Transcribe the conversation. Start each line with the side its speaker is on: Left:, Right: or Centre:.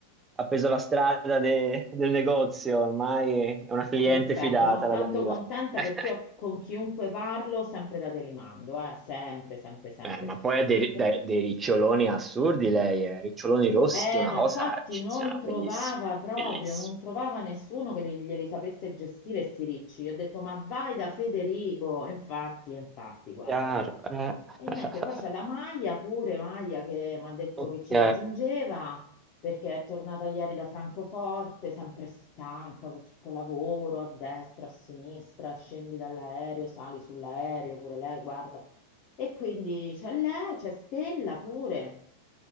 Right: ha preso la strada de- del negozio, ormai è una cliente
Left: Perfetto,
Right: fidata,
Left: sono tanto
Right: la Danila.
Left: contenta
Right: <laughs>
Left: perché io con chiunque parlo sempre da te li mando, eh, sempre, sempre, sempre.
Right: Eh, ma poi ha dei,
Left: E-
Right: dei- dei riccioloni assurdi lei, eh. Riccioloni rossi,
Left: Eh,
Right: una
Left: ma
Right: cosa
Left: infatti
Right: eccezionale,
Left: non trovava
Right: bellissima,
Left: proprio,
Right: bellissima.
Left: non trovava nessuno che li- glieli sapesse gestire sti ricci. Io ho detto, ma vai da Federico. E infatti, e infatti, guarda.
Right: Chiaro, eh. <laughs>
Left: E niente, poi c'è la Maia pure, Maia che mi ha detto
Right: Ok.
Left: che ci raggiungeva perché è tornata ieri da Francoforte, sempre stanca con questo lavoro a destra, a sinistra, scendi dall'aereo, sali sull'aereo, pure lei, guarda. E quindi c'è lei, c'è Stella pure,